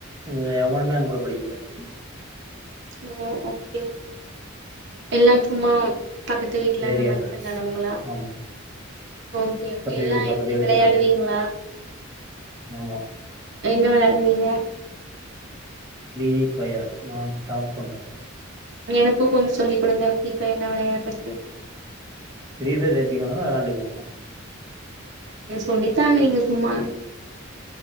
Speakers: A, on the right; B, on the right.
A: இதுல எவனுமே ஏங்கூட படிக்ல <inaudible>
B: ஓ ஓகே ஓக் எல்லாம் சும்மா பக்கத்து வீட்டுல
A: ஏரியா
B: அந்த மாரி
A: ஃப்ரெண்ட்ஸ்
B: ஃப்ரண்டு <unintelligible>
A: ஆமா
B: ஓகே ஓகே
A: பக்கத்து
B: எல்லா
A: வீடு பக்கத்து
B: எப்டி
A: வீடு
B: வெளையாடுவீங்களா
A: தாண்டி ஆமா
B: ம் என்ன வெளயாடுவீங்க
A: ஃப்ரீ ஃபயர் நா ஸ்டாப் கொண்டாட்டம்
B: எனக்கு கொஞ்சோ சொல்லி் குடுங்க ஃப்ரீ ஃபயர் நா வெளையாடறக்கு
A: ஃப்ரீ ஃபையர் ஏத்திக்கோங்க வெளாண்டுக்கோங்க
B: நீங்க சொல்லித்தாங்க நீங் சும்மா